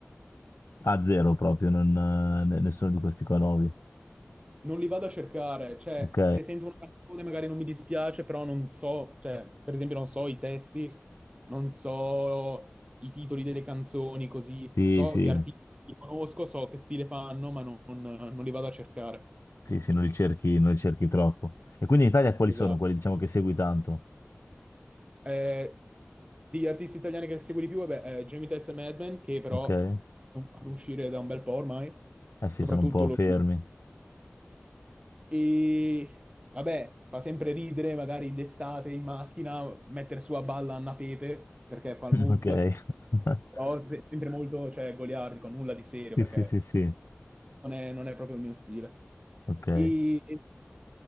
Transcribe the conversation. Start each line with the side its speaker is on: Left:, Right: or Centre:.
Left: A zero proprio, non, eh, ne- nessuno di questi qua nuovi.
Right: Non li vado a cercare, cioè,
Left: Ok,
Right: se sento una canzone magari non mi dispiace, però non so, cioè, per esempio non so i testi, non so i titoli delle canzoni, così,
Left: sì,
Right: so
Left: sì.
Right: gli artisti, li conosco, so che stile fanno, ma non, non li vado a cercare.
Left: Sì, sì, non li cerchi, non li cerchi troppo. E quindi in Italia quali
Right: Esatto.
Left: sono quelli, diciamo, che segui tanto?
Right: Eh, degli artisti italiani che segui di più, vabbè, eh, Jamie Tezza e Mad Men, che però
Left: Ok? Eh
Right: non fanno uscire da un bel po' ormai,
Left: sì,
Right: soprattutto
Left: sono un po'
Right: lo...
Left: fermi.
Right: E vabbè, fa sempre ridere, magari d'estate in macchina, mettere su a balla Anna Pepe, perché fa
Left: <laughs>
Right: il mood,
Left: Ok. <laughs>
Right: però se- sempre molto, cioè, goliardico, nulla di serio,
Left: Sì,
Right: perché
Left: sì, sì, sì.
Right: non è, non è proprio il mio stile.
Left: Ok. Eh,
Right: E,